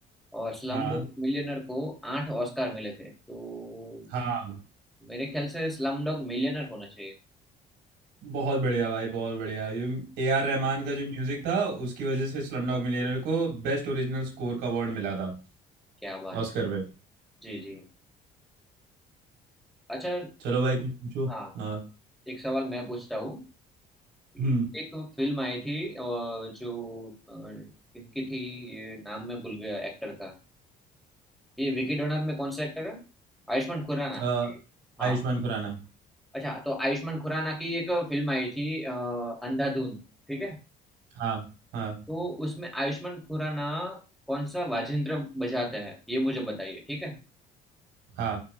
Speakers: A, in the centre; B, on the right.
A: और स्लम
B: हाँ
A: डॉग मिलियनर को आठ ऑस्कर मिले थे तो
B: हाँ
A: मेरे ख्याल से स्लम डॉग मिलियनर होना चाहिए
B: बहुत बढ़िया भाई बहुत बढ़िया ये ए आर रहमान का जो म्यूजिक था उसकी वजह
A: <laughs>
B: से स्लमडॉग मिलियनेयर को बेस्ट ओरिजिनल स्कोर का अवार्ड मिला था
A: क्या बात
B: ऑस्कर में
A: जी जी अच्छा
B: चलो भाई कुछ पूछो
A: हाँ
B: हाँ
A: एक सवाल मैं पूछता हूँ कि
B: हम्म
A: एक फिल्म आई थी अ, जो अ, किनकी थी ये नाम मैं भूल गया एक्टर का ये विकी डोनर में कौन सा एक्टर है आयुष्मान खुराना
B: अ,
A: हाँ
B: आयुष्मान खुराना
A: अच्छा तो आयुष्मान खुराना की एक फिल्म आई थी अ, अंधाधुन ठीक है
B: हाँ हाँ
A: तो उसमें आयुष्मान खुराना कौन सा वाजिंत्र बजाता है ये मुझे बताइए ठीक है
B: हाँ